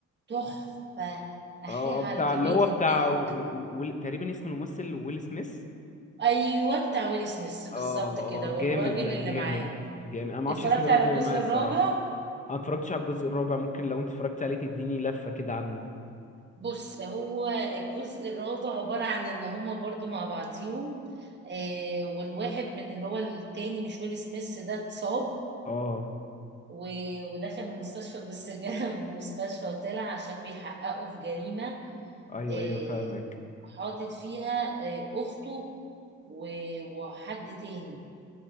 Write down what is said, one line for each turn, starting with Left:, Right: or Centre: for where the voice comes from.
Right: تحفة أحيي
Left: اه
Right: على
Left: آه، بتاع
Right: كمية
Left: اللي هو
Right: الضحك
Left: بتاع و... و... و... تقريبا اسم الممثل ويل سميث
Right: أيوة بتاع ويل سميث بالظبط
Left: اه اه
Right: كده
Left: جامد
Right: والراجل
Left: لا
Right: اللي
Left: جامد
Right: معاه
Left: جامد انا ما اعرفش
Right: اتفرجت
Left: اسم الراجل
Right: على الجزء
Left: اللي معايا الصراحه
Right: الرابع
Left: انا اتفرجتش على الجزء الرابع ممكن لو انت اتفرجت عليه تديني لفه كده عنه
Right: بص هو الجزء الرابع عبارة عن إن هما برضو مع بعضيهم آه والواحد من اللي هو التاني مش ويل سميث ده اتصاب
Left: اه
Right: و... ودخل المستشفى بس <laughs> جه من المستشفى وطلع عشان بيحققوا في جريمة
Left: ايوه
Right: آه،
Left: ايوه فاهمك
Right: حاطط فيها آه، أخته و- وحد تاني